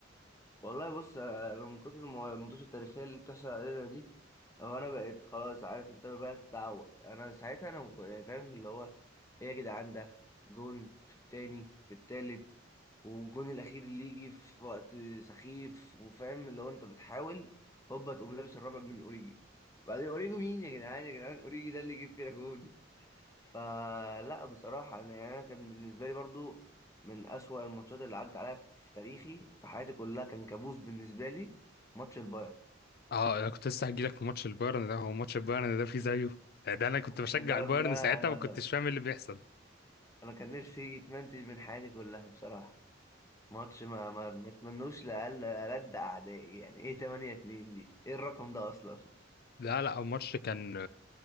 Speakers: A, on the left (about 15°); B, on the left (about 55°).
A: والله بص آه، انا من كتر المو- الماتشات التاريخيه اللي بتحصل علينا دي هو انا بقيت خلاص عارف انت بقى تتعود انا ساعتها انا مك- يعني فاهم اللي هو ايه يا جدعان ده جون في التاني في التالت والجون الاخير اللي يجي في وقت سخيف وفاهم اللي هو انت بتحاول هوبا تقوم لابس الرابع من اوريجي بعدين اوريجي مين يا جدعان يا جدعان اوريجي ده اللي يجيب فينا جون فلا بصراحة أنا يعني أنا كان بالنسبة لي برضو من أسوأ الماتشات اللي عدت عليا في تاريخي في حياتي كلها كان كابوس بالنسبة لي ماتش البايرن
B: اه انا كنت لسه هجيلك في ماتش البايرن ده هو ماتش البايرن ده فيه زيه ده انا كنت
A: ماتش
B: بشجع
A: البايرن
B: البايرن
A: ده
B: ساعتها ما
A: أنا
B: كنتش فاهم إيه اللي بيحصل
A: أنا كان نفسي يتمنتج من حياتي كلها بصراحة ماتش ما ما ما اتمنوش لأقل ألد أعدائي يعني إيه 8 2 دي إيه الرقم ده أصلا
B: لا لا الماتش كان